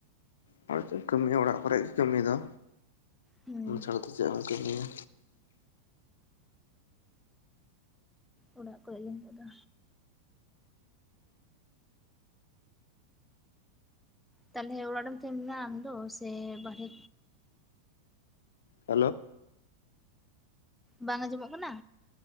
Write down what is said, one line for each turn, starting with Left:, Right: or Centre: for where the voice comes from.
Left: ᱱᱚᱜ-ᱚᱭ ᱮᱛᱮᱫ ᱠᱟᱹᱢᱤ ᱚᱲᱟᱜ ᱠᱚᱨᱮ ᱜᱮ ᱠᱟᱹᱢᱤ ᱫᱚ
Centre: ᱦᱩᱸ
Left: ᱚᱱᱟ ᱪᱷᱟᱲᱟ ᱫᱚ ᱪᱮᱫ ᱮᱢ ᱠᱟᱹᱢᱤᱭᱟ
Centre: ᱚᱲᱟᱜ ᱠᱚᱨᱮᱜ ᱱᱤᱛᱚᱜ ᱫᱚ ᱛᱟᱦᱚᱞᱮ ᱚᱲᱟᱜ ᱨᱮᱢ ᱛᱟᱦᱮᱱ ᱠᱟᱱᱟ ᱟᱢᱫᱚ ᱥᱮ ᱵᱟᱨᱦᱮ
Left: ᱦᱮᱞᱳ
Centre: ᱵᱟᱝ ᱟᱸᱡᱚᱢᱚᱜ ᱠᱟᱱᱟ